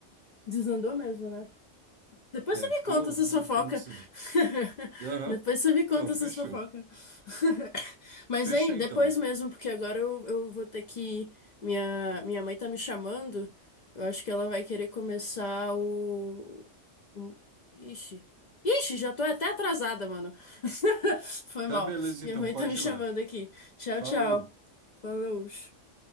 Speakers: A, on the left (about 55°); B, on the right (about 50°).
A: Desandou mesmo, né? Depois
B: É,
A: você me
B: ficou,
A: conta essas
B: ficou
A: fofocas.
B: muito desandado.
A: <laughs>
B: Aham.
A: Depois você me conta
B: Não,
A: essas
B: fechou.
A: fofocas. <laughs> Mas,
B: Fechou
A: hein,
B: então.
A: depois mesmo, porque agora eu, eu vou ter que. Minha, minha mãe tá me chamando. Eu acho que ela vai querer começar o. o- Ixi. Ixi, já tô até atrasada, mano. <laughs> Foi
B: Tá
A: mal.
B: beleza
A: Minha
B: então,
A: mãe
B: pode
A: tá me chamando
B: ir lá.
A: aqui. Tchau,
B: Falou.
A: tchau. Falou.